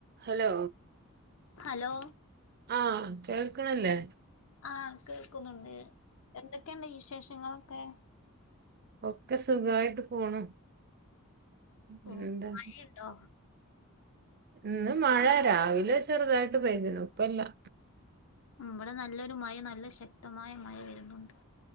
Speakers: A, on the right; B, on the left.
A: Hello
B: hello
A: ആകേൾക്ക്ണല്ലേ...
B: ആകേൾക്കുന്നുണ്ട് എന്തൊക്കെയുണ്ട് വിശേഷങ്ങളൊക്കെ
A: ഒക്കെ സുഖായിട്ട് പോണു പിന്നെ
B: ഓ
A: എന്താ
B: മഴയുണ്ടോ
A: ഇന്ന് മഴ രാവിലെ ചെറുതായിട്ട് പെയ്തിന്നു ഇപ്പ ഇല്ലാ
B: ബ്ടെ നല്ലൊരു മഴ നല്ല ശക്തമായ മഴ വരുന്നുണ്ട്